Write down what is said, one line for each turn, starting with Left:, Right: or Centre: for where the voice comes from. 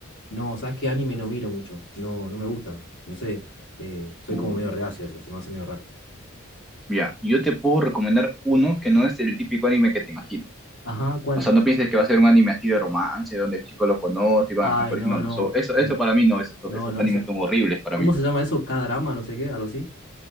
Left: no, ¿sabes qué? Anime no miro mucho, no, no me gusta, no sé, eh, soy
Centre: Uh,
Left: como medio reacio a eso, se me hace medio raro.
Centre: ya, yo te puedo recomendar uno que no es el típico anime que te imaginas.
Left: Ajá, ¿cuál?
Centre: O sea, no pienses que va a ser un anime así de romance, donde el chico lo conoce y van
Left: Ay,
Centre: al colegio.
Left: no,
Centre: No, no,
Left: no,
Centre: so- eso,
Left: mm,
Centre: eso para mí no, esos,
Left: no,
Centre: esos
Left: no,
Centre: animes
Left: eso,
Centre: son horribles para
Left: ¿cómo
Centre: mí.
Left: se llama eso? K-drama, no sé qué, algo así.